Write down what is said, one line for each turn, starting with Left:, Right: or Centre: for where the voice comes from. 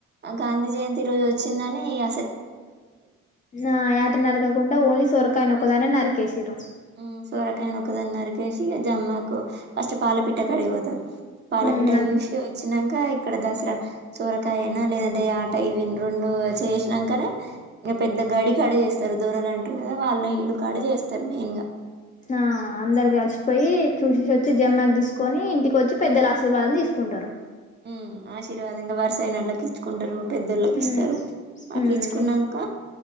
Right: గాంధీ జయంతి రోజు ఒచ్చిందని ఇగ
Left: ఆ యాట నరకకుండా ఓన్లీ సొరకాయ నొక్కదానే నరక్ కేసిరో
Right: ఉమ్ సోరకాయనొకదాని నరికేసి ఇగా జమ్మాకు కు ఫస్ట్ పాలపిటకాడికి ఒతరు పాలపిట్ట
Left: ఉమ్ అది
Right: జ్యూసి ఒచ్చినం క ఇక్కడ దస్ ర సొరకాయ ఐనా లేదంటే యా ట ఇ విన్ రొండు చేసినకనే ఇగ పెద్ద గడి కడి ఏస్తరు దొరలు అంటారు కదా వాళ్ళ ఇల్లు కడ చేస్తారు మెయిన్ గా
Left: ఆ అందరు గల్షి పోయి చూసేసి వచ్చి జమ్మాకు తీసుకొని ఇంటికి వచ్చి పెద్దల ఆశీర్వాదం తీసుకుంటారు
Right: ఊమ్ ఆశీర్వాదం ఇంగ వరుసయినోల్లకి ఇచ్కుంటరు పెద్దళ్ళకి
Left: ఉమ్
Right: ఇస్తరు అట్లు
Left: ఉమ్
Right: ఇచ్చుకునంక